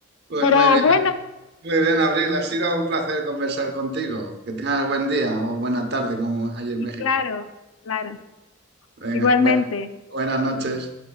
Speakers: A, on the right (about 50°); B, on the left (about 70°).
A: Pues
B: Pero
A: muy bien.
B: bueno,
A: Muy bien, Abril. Ha sido un placer conversar contigo. Que tengas buen día o buena tarde como allí en
B: sí,
A: México.
B: claro, claro.
A: Venga,
B: Igualmente.
A: bue- buenas noches.